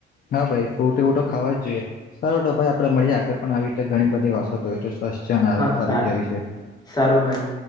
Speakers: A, on the left (about 45°); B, on the left (about 20°).
A: હા ભાઈ ફ્રૂટી વૂટું ખાવા જ જોઈએ સારું તો ભાઈ આપડે મળીએ આગળ પણ આવી રીતે ઘણી બધી વાતો ક. સ્વસ્થ છ અને
B: હા
A: આરોગ્ય
B: સા
A: વિશે.
B: સારું ભાઈ.